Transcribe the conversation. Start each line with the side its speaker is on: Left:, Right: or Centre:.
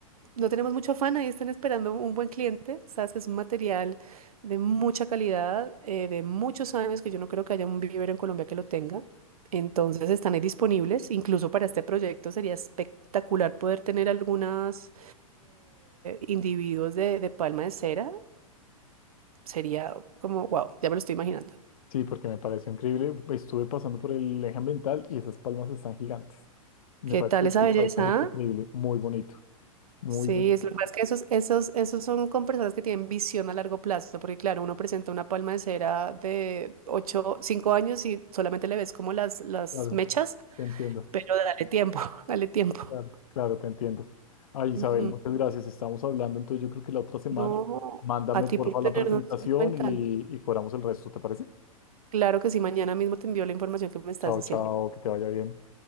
Right: No tenemos mucho afán, ahí están esperando un buen cliente. Sabes que es un material de mucha calidad, eh, de muchos años, que yo no creo que haya un vivero en Colombia que lo tenga. Entonces están ahí disponibles, incluso para este proyecto sería espectacular poder tener algunos individuos de, de palma de cera. Sería como, wow, ya me lo estoy imaginando.
Left: Sí, porque me pareció increíble. Estuve pasando por el eje ambiental y esas palmas están gigantes. Me
Right: ¿Qué
Left: parece
Right: tal esa
Left: que
Right: belleza?
Left: el paisaje es increíble,
Right: ah?
Left: muy bonito, muy
Right: Sí,
Left: bonito.
Right: es lo que pasa es que esos, esos, esos son con personas que tienen visión a largo plazo, porque claro, uno presenta una palma de cera de 8 5 años y solamente le ves como las, las
Left: Claro,
Right: mechas,
Left: te entiendo,
Right: pero dale tiempo, <laughs> dale tiempo.
Left: claro, claro, te entiendo. Ay, Isabel,
Right: Ujú.
Left: muchas gracias. Estamos hablando, entonces yo creo que la otra semana.
Right: No,
Left: Mándame
Right: a ti
Left: por
Right: por
Left: favor
Right: tenernos
Left: la presentación
Right: en cuenta.
Left: y, y cobramos el resto, ¿te parece?
Right: Claro que sí, mañana mismo te envío la información que me estás
Left: Chao,
Right: diciendo.
Left: chao, que te vaya bien.